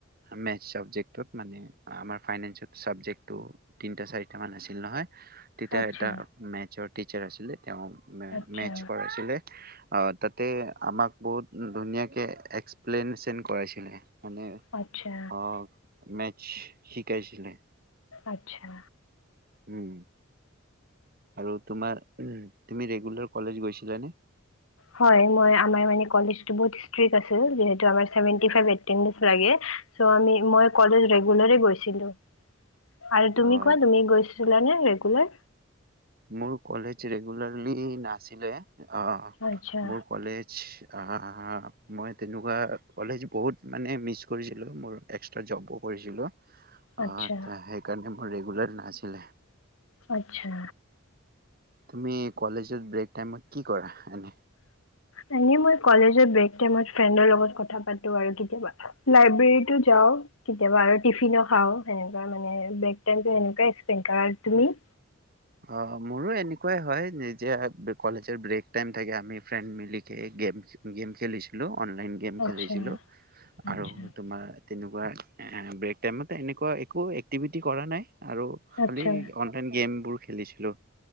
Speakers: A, on the right; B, on the left.
A: মে চাবজেক্ট। মানে আমাৰ ফনেক্টো তিন চাৰি মান আছিল নহয়। তেতিয়া
B: আচ্ছা
A: এটা মেৰ টচাৰ আছিলে তেওঁ
B: আচ্ছা
A: মে কৰাছিলো। অ তাতে আমাক বহুত ধুনীয়াকে এক্সপ্লেইনেশচন কৰাইছিলে। মানে
B: আচ্ছা
A: অহ মে শিকাইছিলে।
B: আচ্ছা।
A: উ আৰু তোমাৰ তুমি ৰেগুলাৰ কলেজ গৈছিলানে?
B: হয় মই আমাৰ মানে কলেজবোৰ বহুত ষ্ট্ৰিক আছে। যিহেতু চেভেন্তি ফাইব লাগে চৌ আমি মই কলেজ ৰেগুবালি গৈছিলো। আৰু তুমি
A: অ
B: কোৱা তুমি গৈছিলানে? এই একলে।
A: মোৰ কলেজ ৰেগুলাৰলি নাছিলে। অ
B: আচ্ছা
A: মোৰ কলেজ। হা হা মই তেনেকুৱা কলেজ বহুত মানে মিছ কৰিছিলোঁ মোৰ এক্সট্ৰা জবো কৰিছিলোঁ। অ
B: আচ্ছা
A: আছা সেইকাৰণে মোৰ ৰেগুলাৰ নাছিলে।
B: আচ্ছা।
A: তুমি কলেজৰ ব্ৰেক টাইমত কি কৰা এনে
B: নাহি মই কলেজত ব্ৰেক টাইমৰ লগত কথা পাতো লাইব্ৰেৰী যাউ কেতিয়াবা টিফিংও খাউ মানে ব্ৰেক টাইম টো অনেকে পাৰ হয়।
A: অ মোৰো এনেকুৱাই হয় কলেজৰ ব্ৰে টাই থে আমি ফ্ৰেড মিলি গম খেলিছিলো। অনলাইন গেম
B: আচ্ছা
A: খেলিছিলো আৰু
B: আচ্ছা
A: তোমাৰ তেনেকুৱা ব্ৰেক টাইমতে এনেকুৱা একো এক্টিভিটি কৰা নাই আৰু খালী
B: আচ্ছা
A: অনলাইন গেমবোৰ খেলিছিলোঁ।